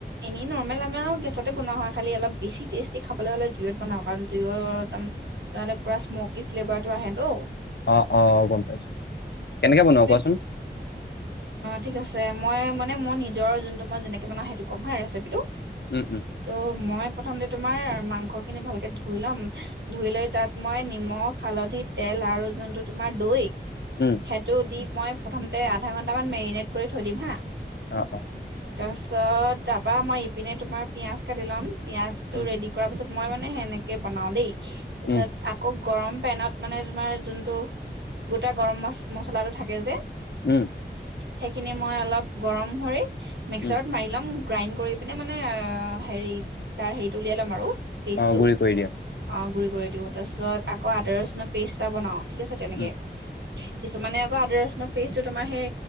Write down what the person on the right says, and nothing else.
এনেই নৰ্মেল আমাৰও গেছতে বনোৱা হয় খালি অলপ বেছি টেষ্টি খাবলৈ হ'লে জুইত বনাওঁ কাৰণ জুইক একঢ়দম নহ'লে পুৰা স্মকী ফ্লেভাৰটো আহে তো
তুমি
ঠিক আছে মই মানে মোৰ নিজৰ যোনটো মই যেনেকৈ বনাওঁ সেইটো ক'ম হা ৰেচিপিটো
ত' মই প্ৰথমতে তোমাৰ মা মাংস খিনি ভালকে ধুই ল'ম ধুই লৈ তাত মই নিমখ হালধি তেল আৰু যোনটো তোমাৰ দৈ
সেইটো দি মই প্ৰথমতে আধা ঘণ্টামান মেৰিনেট কৰি থৈ দিম হা
তাৰপাছত তাৰপৰা মই ইপিনে তোমাৰ পিঁয়াজ কাটি ল'ম পিয়ঁয়াজটো
ৰেডি কৰাৰ পিছত মই মানে সেনেকে বনাওঁ দেই তাৰপিছত
আকৌ গৰম পেনত মানে তোমাৰ যোনটো গোটা গৰম ম মচলাটো থাকে যে
সেইখিনি মই অলপ গৰম হৈ মিক্সাৰত
মাৰি লম গ্ৰাইণ্ড কৰি পিনে মানে হেৰি তাৰ হেৰিটো উলিয়াই ল'ম আৰু পেষ্টটো
অ গুৰি কৰি দিওঁ তাৰপিছত আকৌ আদা ৰচুন পেষ্ট এটা বনাওঁ ঠিক আছে তেনেকে
কিছুমানে আকৌ আদা‌ ৰচুনৰ পেইজ তোমাৰ সেই